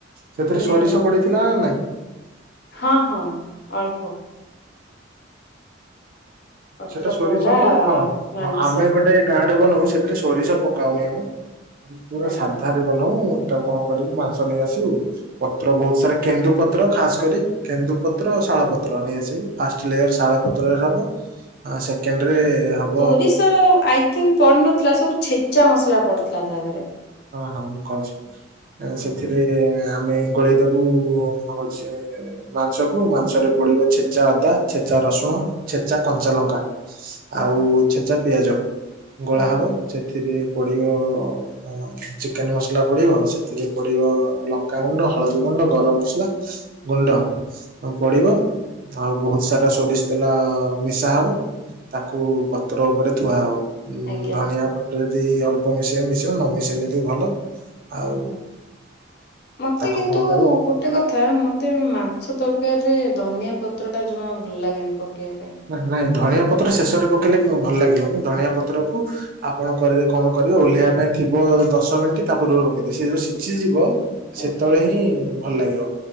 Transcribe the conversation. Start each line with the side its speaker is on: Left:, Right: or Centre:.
Right: ସେଥିରେ
Left: ମାନେ
Right: ସୋରିଷ ପଡିଥିଲା ନା ନାଇଁ
Left: ହଁ ହଁ ଅଳ୍ପ ପତ୍ର
Right: ସେଟା ସୋରିଛ
Left: ପୋଡା
Right: ପରେଡେ ହଁ
Left: ମାଂସ
Right: ଆମେ ଗୋଟେ ଗାଁ ବନଉ ସେଥିରେ ସୋରିଷ ପକାଉନି ଆମେ ପୁରା
Left: ଆଜ୍ଞା
Right: ସାଧାରେ ବନଉ କଣ କରିବୁ ମାଂସ ନେଇ ଆସିବୁ ପତ୍ର ବହୁତ ସାରା କେନ୍ଦୁପତ୍ର ଖାସ କରି କେନ୍ଦୁପତ୍ର ଶାଳ ପତ୍ର ନେଇ ଆସିବୁ ଫାଷ୍ଟଲେୟର ଶାଳ ପତ୍ରରେ ହବ ସେକେଣ୍ଡରେ ହବ
Left: ସୋରିଷ ଆଇଥିଙ୍କ ପଡିନଥିଲା ସବୁ ଛେଚା ମସଲା ପଡିଥିଲା ତା ଦେହରେ।
Right: ହଁ ହଁ ମୁଁ କହୁଛି
Left: ହୁଁ।
Right: ସେଥିରେ ଆମେ ଗୋଳେଇଦବୁ ହଉଛି ମାଂସକୁ ମାଂସରେ ପଡିବ ଛେଚା ଅଦା ଛେଚା ରସୁଣ
Left: ହୁଁ
Right: ଛେଚା
Left: ହୁଁ
Right: କଞ୍ଚା
Left: ହୁଁ
Right: ଲଙ୍କା
Left: ହଁ
Right: ଆଉ
Left: ହଁ
Right: ଛେଚା ପିଆଜ ଗୋଳା
Left: ହୁଁ
Right: ହବ
Left: ହୁଁ
Right: ସେଥିରେ ପଡିିବ ହ ଚିକେନ ମସଲା ପଡିବ ସେଥିରେ ପଡିବ ଲଙ୍କାଗୁଣ୍ଡ ହଳଦୀ ଗୁଣ୍ଡ ଗରମ ମସଲା ଗୁଣ୍ଡ ପଡିବ। ଆଉ ବହୁତ ସାରା ସୋରିଷତେଲା ମିଶା ହବ ତାକୁ ପତ୍ର ଉପରେ ଥୁଆ ହବ। ଉଁ
Left: ଆଜ୍ଞା
Right: ଧନିଆ ପତ୍ର ଯଦି ଅଳ୍ପ ମିଶେଇ ମିଶେଇ ନ ମିଶେଇଲେ ବି ଭଲ ଆଉ
Left: ହୁଁ ହୁଁ। ମତେ
Right: ତାକୁ
Left: କିନ୍ତୁ
Right: କଣ କରିବ
Left: ଗୋଟେ କଥା ମତେ ମାଂସ ତରକାରୀ ରେ ଧନିଆ ପତ୍ର ଟା ଜମା ଭଲ ଲାଗେନି ପକେଇବା ପ
Right: ନାଇଁ ନାଇଁ ଧଣିଆ ପତ୍ର ଶେଷରେ ପକେଇଲେ ଭଲ ଲାଗିବନି ଧନଆ ପତ୍ର କୁ ଆପଣ କରିବେ କଣ କରିବେ ଓଲେହିବା ପାଇଁ ଥିବ ଦଶ ମିନିଟ୍ ତା ପୂବରୁ ପକେଇଦି ସେ ଯୋଉ ସିଝିଯିବ
Left: ପାଇଁ
Right: ସେତେବେଳେ
Left: ଆଜ୍ଞା
Right: ହିଁ ଭଲ ଲାଗିବ